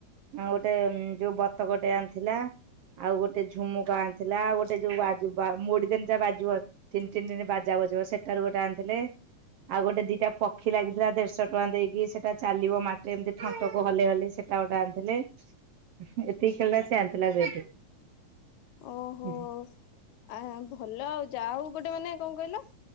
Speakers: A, on the right (about 70°); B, on the left (about 75°).
A: ଅଁ ଗୋଟେ ଯୋଉ ବତକଟେ ଆଣିଥିଲା। ଆଉ ଗୋଟେ ଝୁମୁକା ଆଣିଥିଲା ଆଉ ଗୋଟେ ଯୋଉ ବାଜୁବା ମୋଡ଼ି ଦେନେ ଯା ବାଜିବ ଟିନ୍ ଟିନ୍ ଟିଣି ବାଜା ବଜିବ ସେଟାରୁ ଗୋଟେ ଆଣିଥିଲେ। ଆଉ ଗୋଟେ ଦିଟା ପକ୍ଷୀ ଲାଗିଥିଲା ଦେଢ଼ଶ ଟଙ୍କା ଦେଇକି ସେଟା ଚାଲିବ ମାଟିଊ ଏମତି ଥଣ୍ଟକୁ ହଲେଇ ହଲେଇ ସେ ଟା ଓଟେ ଆଣିଥିଲେ ଏତିକି ଖେଳନା ସିଏ ଆଣିଥିଲା ସେଇଠୁ।
B: ଓହୋ
A: ଉଁ
B: ଆ ଭଲ ଆଉ ଯା ହଉ ଗୋଟେ ମାନେ କଣ କହିଲ